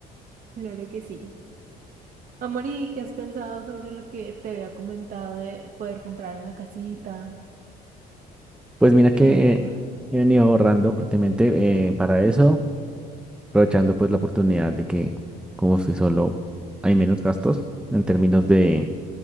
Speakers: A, on the right; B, in the centre.
A: Claro que sí. Amor, ¿y qué has pensado sobre lo que te había comentado de poder comprar una casita?
B: Pues mira que
A: Eh,
B: eh, he venido ahorrando fuertemente eh, para eso, aprovechando pues la oportunidad de que como estoy solo hay menos gastos en términos de,